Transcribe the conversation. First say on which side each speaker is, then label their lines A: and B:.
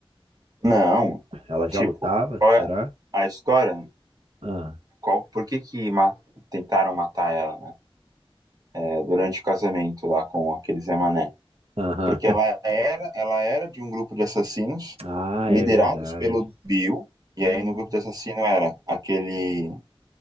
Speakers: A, on the right; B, on the right.
A: não.
B: Ela já
A: Tipo,
B: lutava,
A: qual
B: será?
A: é a história?
B: Ah,
A: Qual, por que que ma- tentaram matar ela, né? É, durante o casamento lá com aquele Zé Mané?
B: aham.
A: Porque ela era, ela era de um grupo de assassinos
B: Ah,
A: liderados
B: é verdade.
A: pelo Bill. E
B: Hum,
A: aí no grupo de assassino era aquele